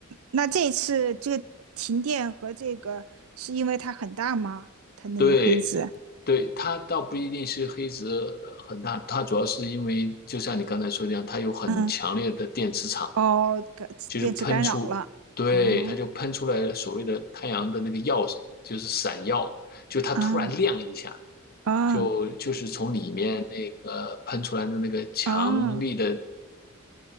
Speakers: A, on the right; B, on the left.
A: 那这次这个停电和这个是因为它很大吗？它那个黑子，
B: 对，对，它倒不一定是黑子呃很大，它主要是因为就像你刚才说的一样，它有很强烈的电磁场。
A: 嗯，哦，干电池干扰了。
B: 就是喷出，对，
A: 哦，
B: 它就喷出来了所谓的太阳的那个耀，就是闪耀，就它突然亮一下，
A: 啊啊
B: 就就是从里面那个喷出来的那个强力的，
A: 啊，